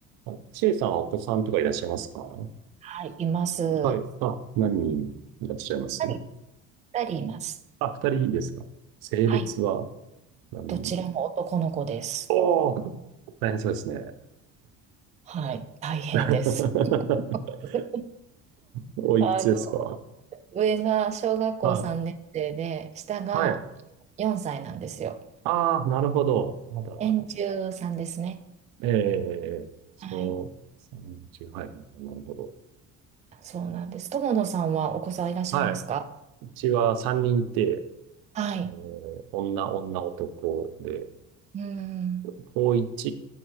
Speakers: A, on the right; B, on the right.
A: あちえさんはお子さんとかいらっしゃいますか
B: はい、います。
A: はい。あ、何人いらっしゃいます
B: 二人、二人います。
A: あ、二人ですか性別は
B: はい、
A: 何
B: どちらも男の子です。
A: おおー、大変そうですね。
B: はい、大変です。
A: <laughs>
B: <laughs>
A: おいくつですか
B: あの、上が小学校3年生で、
A: はい。
B: 下が4歳なんですよ。
A: はい。ああ、なるほど。まだ、
B: 年中さんですね。
A: ええそう、
B: はい、
A: 三人中、はい、なるほど。
B: そうなんです。友野さんはお子さんいらっしゃいますか
A: はい。うちは三人いて、
B: はい。
A: えー女、女、男で、
B: うん。
A: 高一